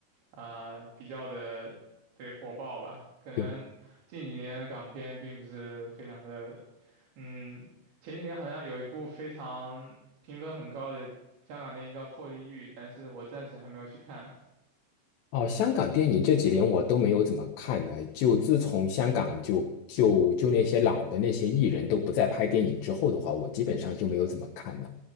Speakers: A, on the right; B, on the left.
A: 啊、呃比较的对火爆吧，可能近几年的港片并不是非常的，
B: 对。
A: 嗯，前几年好像有一部非常评分很高的香港电影叫《破地狱》，但是我暂时还没有去看
B: 哦，香港电影这几年我都没有怎么看了，就自从香港就就就那些老的那些艺人都不再拍电影之后的话，我基本上就没有怎么看了。